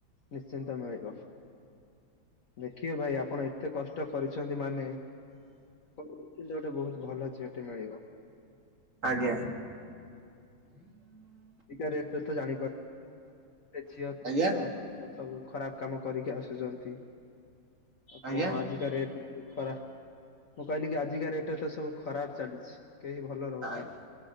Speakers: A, on the left; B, on the right.
A: ନିଶ୍ଚିନ୍ତ ମିଳିବ। ଦେଖିବ ଭାଇ ଆପଣ ଏତେ କଷ୍ଟ କରିଛନ୍ତି ମାନେ କନ୍ତୁ, ଗୋଟେ ବହୁତ ଭଲ ଝିଅଟେ ମିଳିବ।
B: ଆଜ୍ଞା।
A: ବିକା ରେଟରେ ଥ ଜାଣିପାରୁ ଝିଅ କେତେଜଣ
B: ଆଜ୍ଞା
A: କ ସବୁ ଖରାପ କାମ କରିକି ଆସୁଛନ୍ତି। ଆଉ
B: ଆଜ୍ଞା
A: କଣ ଆଜିକା ରେଟ ଖରା ମୁଁ କହିଲି କି ଆଜିକା ରେଟ୍ ରେ ତ ସବୁ ଖରାପ ଚାଲିଛି। କେହି ଭଲ ରହୁନାହାଁନ୍ତି।
B: ଆଜ୍ଞା